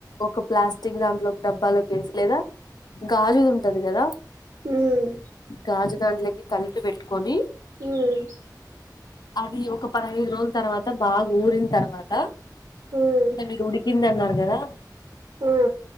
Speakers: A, on the left (about 70°); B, on the right (about 70°).
A: ఒక ప్లాస్టిక్ టిక్ దాంట్లో ఒక డబ్బాలు కేేసి లేదా గాజు ఉంటది కదా
B: ఉమ్
A: గాజు దాంట్లోకి కలిపి పెట్టుకొని
B: హ్మ్మ్
A: అది ఒక పదహైదు రోజుల తర్వాత బాగా ఊరిన తర్వాత
B: ఉమ్
A: అంటే మీరు ఉడికింది అన్నారు గదా
B: మ్